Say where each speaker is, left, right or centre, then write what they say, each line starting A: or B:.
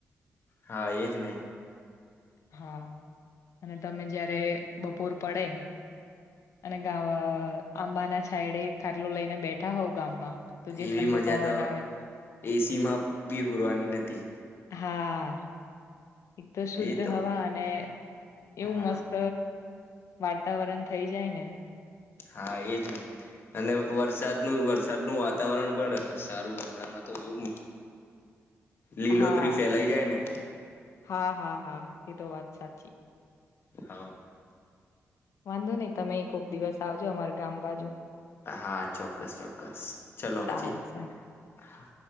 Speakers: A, on the left; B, on the left.
A: હા એજ ન
B: હા અને તમે જયારે બપોર પડે અને ગ આંબા ના છાયડે ખાટલોું લઈને બેઠા હોઉ ગામમાં. તો જે
A: એવી
B: ઠંડો
A: મજા
B: પવન
A: તો
B: આવે
A: એસી માં બી ઉરવાની નથી
B: હા એક તો શુદ્ધ
A: એ તો
B: હવા અને એવું
A: હા
B: મસ્ત વાતાવરણ થઈ જાય ને
A: હા એ જ નહી અને વરસાદનું વરસાદનું વાતાવરણ પણ સારું ગામડામાં તો એવું લીલોત્રી
B: હા
A: ફેલાઈ જાય ને
B: હા હા હા એ તો વાત સાચી
A: હ.
B: વાંધો નઈિ તમે એકક દિવસ આવજો અમાર ગામ બાજુ
A: હા ચોક્કસ ચોક્કસ ચલો
B: સારું
A: હછી
B: સારું
A: હા